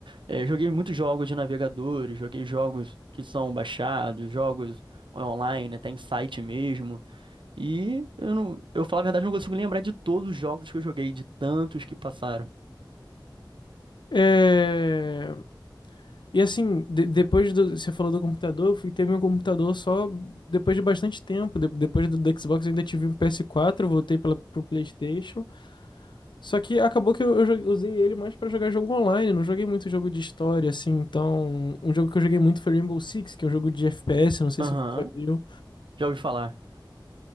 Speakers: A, on the right; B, on the left.
A: É, joguei muitos jogos de navegadores, joguei jogos que são baixados, jogos online, né, tem site mesmo. E eu não, eu falar a verdade, não consigo lembrar de todos os jogos que eu joguei, de tantos que passaram.
B: É, e assim, de- depois do. Você falou do computador, eu fui ter meu computador só depois de bastante tempo. De- depois do, do Xbox, eu ainda tive um PS4, voltei pela, pro PlayStation. Só que acabou que eu, eu jo- usei ele mais pra jogar jogo online, não joguei muito jogo de história, assim, então... Um jogo que eu joguei muito foi Rainbow Six, que é um jogo de FPS, não sei
A: Aham,
B: se você já viu.
A: já ouvi falar.